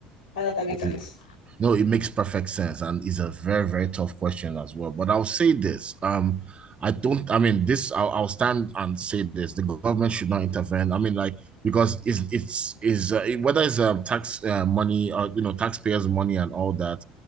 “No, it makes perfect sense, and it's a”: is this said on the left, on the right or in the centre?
Right